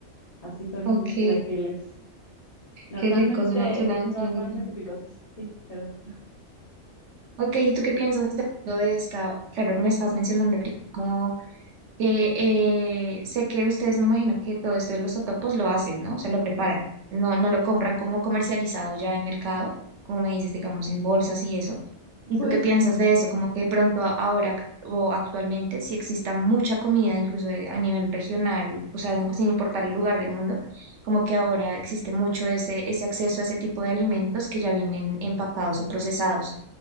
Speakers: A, on the left; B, on the right.
A: Así son
B: okay,
A: los chilaquiles. Normalmente,
B: qué rico, suena, suena,
A: normalmente
B: suena muy bien.
A: picosos, sí, perdón.
B: Ok, ¿y tú qué piensas de pronto de esta? Claro, me estás mencionando ahorita como eh, eh, sé que ustedes me imagino que todo esto de los totopos lo hacen, ¿no? O sea, lo preparan. No, no lo compran como comercializado ya en mercado, como me dices, digamos, en bolsas y eso. ¿Y
A: Pues,
B: tú qué piensas de eso? Como que de pronto a- ahora ac- o actualmente, si exista mucha comida, incluso de- a nivel regional, o sea, sin importar el lugar del mundo, como que ahora existe mucho ese, ese acceso a ese tipo de alimentos que ya vienen empacados o procesados.